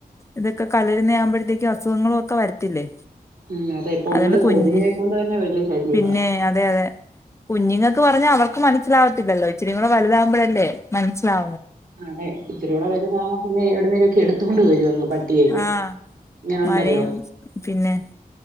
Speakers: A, on the left; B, on the right.
A: ഇതൊക്കെ കലരുന്ന ആവുമ്പോഴത്തേക്കും ഒക്കെ അസുഖങ്ങളും ഒക്കെ വരത്തില്ലേ
B: ഉം അതെ ഇപ്പൊ
A: അതുകൊണ്ട്
B: ഒന്നത്
A: കുഞ്ഞ്
B: കൊതുങ്ങിനെ കൊണ്ട് തന്നെ വലിയ ശല്യവാ
A: പിന്നെ അതെ അതെ കുഞ്ഞുങ്ങൾക്ക് പറഞ്ഞ അവർക്ക് മനസ്സിലാവത്തില്ലല്ലോ ഇച്ചരി കൂടെ വലുതാവുമ്പോഴല്ലേ മനസ്സിലാ
B: അതെ ഇത്തിരിക്കൂടെ വലുതാവു മ്പം പിന്നെ എവിടുന്നേലൊക്കെ എടുത്തോണ്ട് വരും പട്ടിയെ ഒക്കെ
A: ആഹ്
B: അങ്ങനെയുണ്ടെലോ
A: മഴയും പിന്നെ